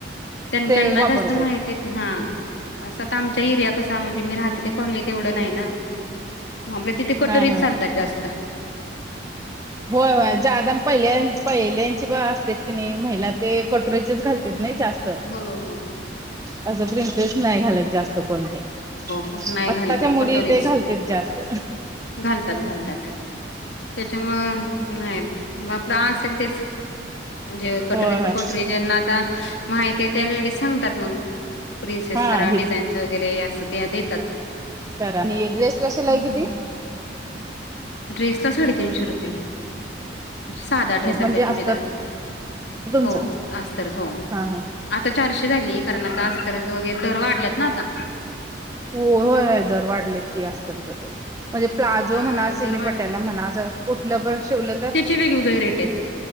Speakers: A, on the left; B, on the right.
A: त्यांच्यांना
B: ते वापरताय
A: जास्त माहिती हा असं तर आमच्या इर्या कसा म्हणजे मी राहते ते कॉलनीत एवढं नाही ना. म आपल तिथे कटोरी
B: हा हा
A: चालतात जास्त.
B: होय होय.
A: हम्म
B: ज्यादम पहिल्या पहिल्यांची बा असते की नाही महिला ते कटोरीचीच घालत तेत नही जास्त.
A: हो हो
B: असं प्रिनसेस नाही घालत जास्त कोण ते.
A: हो नाही
B: आत्ताच्या
A: घालत आहे
B: मुली
A: कटोरीच
B: ते घालतेच जास्त
A: घालतात घालतात. त्याच्यामुळं नाही, म आपलं असेल तेच. म्हणजे कटोरी
B: होय होय
A: तर कटोरी. ज्यांना आता माहिती आहे त्या लेडीज सांगतात मग. प्रिन्सेस
B: हा
A: करा,
B: हे
A: डिझाईनच वगैरे असं ते देतात.
B: आणि ड्रेसला शिलाई
A: हम्म.
B: किती?
A: ड्रेसला साडेतीनशे रुपये. साधा ड्रेस
B: म्हणजे
A: आपला
B: अस्तर
A: चुडीदार,
B: तुमचं
A: हो अस्तरच हो.
B: हा हा
A: आता चारशे झाली कारण आता अस्तरचा वगैरे दर वाढल्यात ना आता.
B: हो होय होय दर वाढलेतली अस्तरच ते. म्हणजे प्लाझो
A: आता
B: म्हणा सेमी
A: दर
B: पट्यायला म्हणा अस कुठलं बर शिवल
A: त्याची वेगवेगळे रेट आहेत.